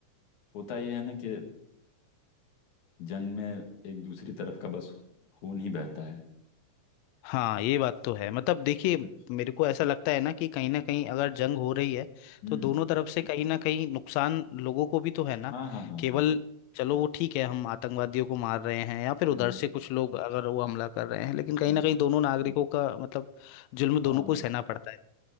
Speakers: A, on the left; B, on the left.
A: होता ये है ना कि जंग में एक दूसरी तरफ का बस खून ही बहता है
B: हाँ ये बात तो है मतलब देखिए
A: इससे कुछ
B: मेरे को ऐसा लगता है ना कि कहीं ना कहीं अगर जंग हो रही है
A: हम्म
B: तो दोनों तरफ से कहीं ना कहीं नुकसान लोगों को भी तो है ना
A: हाँ हाँ हाँ
B: केवल
A: हाँ
B: चलो वो ठीक है हम आतंकवादियों को मार रहे हैं या फिर उधर
A: हम्म
B: से कुछ लोग अगर वो हमला कर रहे हैं लेकिन कहीं
A: हम्म,
B: ना कहीं दोनों नागरिकों का मतलब जुल्म दोनों
A: हाँ
B: को सहना पड़ता है